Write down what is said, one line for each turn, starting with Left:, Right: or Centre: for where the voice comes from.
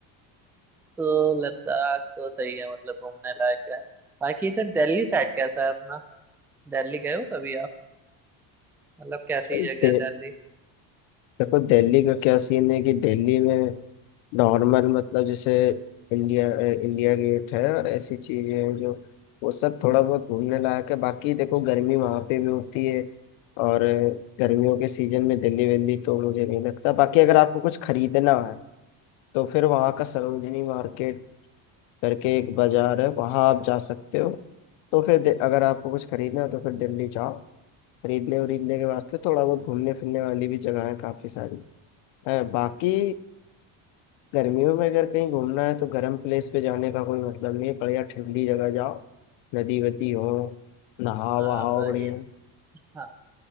Centre: तो लद्दाख तो सही है मतलब घूमने लायक है बाकी इधर दिल्ली साइड कैसा है अपना दिल्ली गए हो कभी आप मतलब कैसी
Left: जाएगी
Centre: जगह है दिल्ली
Left: देखो दिल्ली का क्या सीन है कि दिल्ली में नॉर्मल मतलब जैसे इंडिया अ, इंडिया गेट है और ऐसी चीजें हैं जो वो सब थोड़ा बहुत घूमने लायक है बाकी देखो गर्मी वहाँ पे भी होती है और अ, गर्मियों के सीजन में दिल्ली वेल्ली तो मुझे नहीं लगता बाकी अगर आपको कुछ खरीदना है तो फिर वहाँ का सरोजिनी मार्केट करके एक बाजार है वहाँ आप जा सकते हो तो फिर दे- अगर आपको कुछ खरीदना है तो फिर दिल्ली जाओ खरीदने वरीदने के वास्ते थोड़ा बहुत घूमने फिरने वाली भी जगह है काफी सारी है बाकी गर्मियों में अगर कहीं घूमना है तो गर्म प्लेस पे जाने का कोई मतलब नहीं है बढ़िया ठंडी जगह जाओ नदी वदी हो नहाओ
Centre: हाँ
Left: वहाओ
Centre: भाई
Left: बढ़िया
Centre: हाँ